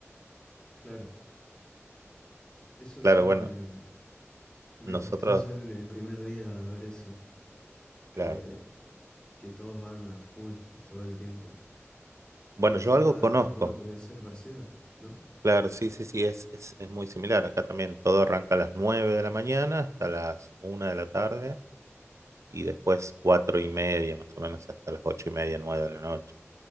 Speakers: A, on the left; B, on the right.
A: Claro, eso
B: Claro,
A: sí,
B: bueno,
A: me, me
B: nosotros,
A: costó ya el, el primer día ver eso, que,
B: claro.
A: que todos van a full todo el tiempo.
B: Bueno,
A: Y allá
B: yo algo conozco.
A: calculo que debe ser parecido, ¿no?
B: Claro, sí, sí, sí, es, es, es muy similar. Acá también todo arranca a las 9 de la mañana hasta las una de la tarde y después cuatro y media, más o menos, hasta las ocho y media, 9 de la noche.